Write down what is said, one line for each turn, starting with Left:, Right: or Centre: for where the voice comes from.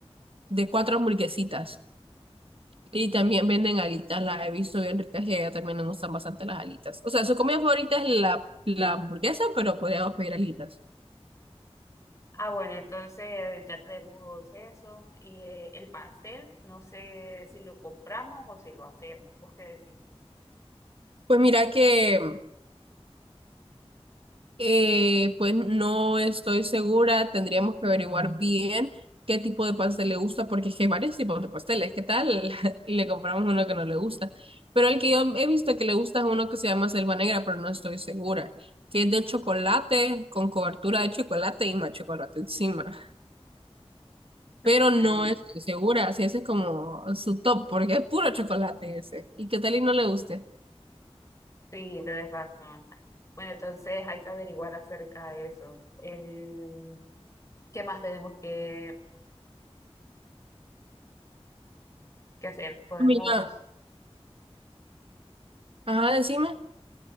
Right: de cuatro hamburguesitas. Y también venden alitas, las he visto bien ricas y allá también nos gustan bastante las alitas. O sea, su comida favorita es la, la hamburguesa, pero podríamos pedir alitas.
Left: Ah, bueno, entonces ya tenemos eso y eh, el pastel, no sé si lo compramos o si lo hacemos, ¿vos qué decís?
Right: Pues mira que, eh, pues no estoy segura, tendríamos que averiguar bien qué tipo de pastel le gusta, porque es que hay varios tipos de pasteles, ¿qué tal? <laughs> Y le compramos uno que no le gusta. Pero el que yo he visto que le gusta es uno que se llama Selva Negra, pero no estoy segura, que es de chocolate, con cobertura de chocolate y más chocolate encima. pero
Left: <clears throat>
Right: no estoy segura si ese es como su top, porque es puro chocolate ese. ¿Y qué tal y no le guste?
Left: Sí, tenés razón. Bueno, entonces hay que averiguar acerca de eso. Em, ¿qué más tenemos que, que hacer? Podemos...
Right: Mira, ajá, decime.